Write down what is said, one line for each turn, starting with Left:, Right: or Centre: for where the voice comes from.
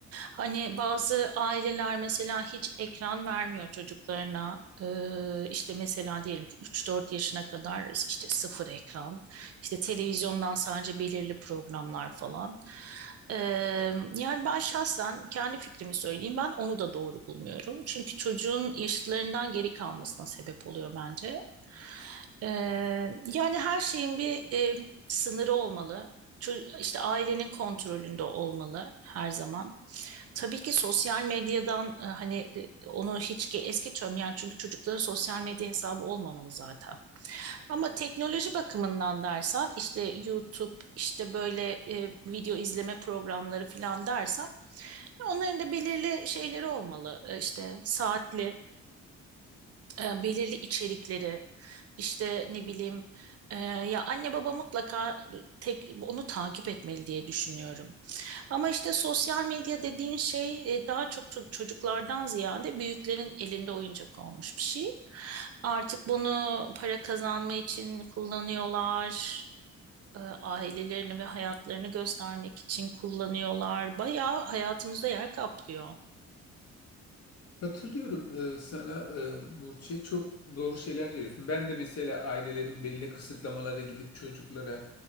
Right: Hani bazı aileler mesela hiç ekran vermiyor çocuklarına. E, işte mesela diyelim ki 3-4 yaşına kadar işte sıfır ekran, işte televizyondan sadece belirli programlar falan. E, yani ben şahsen kendi fikrimi söyleyeyim. Ben onu da doğru bulmuyorum. Çünkü çocuğun yaşıtlarından geri kalmasına sebep oluyor bence. Ee, yani her şeyin bir e, sınırı olmalı. Ço- işte ailenin kontrolünde olmalı her zaman. Tabii ki sosyal medyadan e, hani e, onu hiç ge- es geçiyorum yani çünkü çocukların sosyal medya hesabı olmamalı zaten. Ama teknoloji bakımından dersen işte YouTube işte böyle e, video izleme programları falan dersen onların da belirli şeyleri olmalı. E, işte saatli, e, belirli içerikleri. İşte ne bileyim e, ya anne baba mutlaka tek onu takip etmeli diye düşünüyorum. Ama işte sosyal medya dediğin şey e, daha çok to- çocuklardan ziyade büyüklerin elinde oyuncak olmuş bir şey. Artık bunu para kazanma için kullanıyorlar. e, ailelerini ve hayatlarını göstermek için kullanıyorlar. Bayağı hayatımızda yer kaplıyor.
Left: Katılıyorum e, sana e, Burçe. Çok doğru şeyler söylüyorsun. Ben de mesela ailelerin belli kısıtlamalara gidip çocuklara